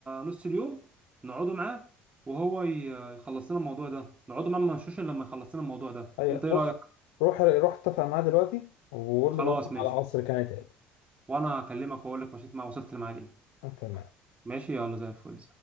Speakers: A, on the right; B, on the left.
A: نص اليوم نقعدوا معاه وهو ي- يخلص لنا الموضوع ده نقعدوا معاه ما نمشوش الا لما يخلص لنا الموضوع ده
B: أي
A: انت ايه
B: بص
A: رايك
B: روح روح اتفق معاه دلوقتي وقول
A: خلاص
B: له بكره
A: ماشي
B: على العصر كان يتقابل
A: وانا هكلمك واقول لك مشيت مع وصلت لمعاه لايه
B: تمام
A: ماشي يلا زي الفل